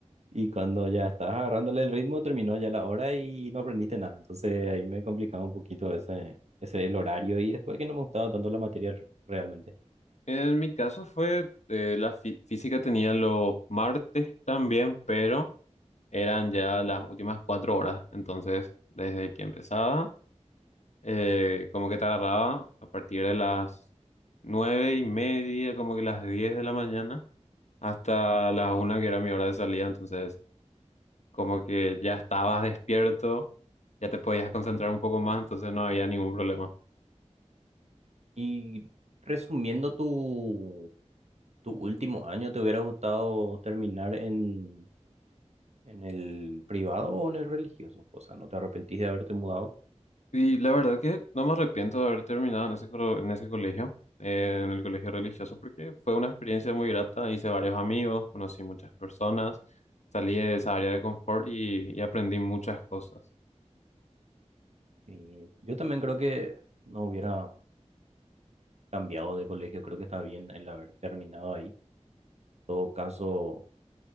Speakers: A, on the right; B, on the left.
A: Y cuando ya estabas agarrándole el ritmo, terminó ya la hora y no aprendiste nada. Entonces ahí me complicaba un poquito ese, ese el horario y después que no me gustaba tanto la materia r- realmente.
B: En mi caso fue, eh, la fí- física tenía los martes también, pero eran ya las últimas cuatro horas. Entonces, desde que empezaba eh, como que te agarraba a partir de las nueve y media, como que las diez de la mañana, hasta
A: Mm.
B: las una que era mi hora de salida, entonces como que ya estabas despierto, ya te podías concentrar un poco más, entonces no había ningún problema.
A: Y resumiendo tu, tu último año, ¿te hubiera gustado terminar en, ¿En el privado o en el religioso? O sea, no te arrepentís de haberte mudado.
B: Y la verdad que no me arrepiento de haber terminado en ese, coro- en ese colegio, eh, en el colegio religioso, porque fue una experiencia muy grata, hice varios amigos, conocí muchas personas, salí de esa área de confort y y aprendí muchas cosas.
A: Y yo también creo que no hubiera cambiado de colegio, creo que está bien el haber terminado ahí. En todo caso,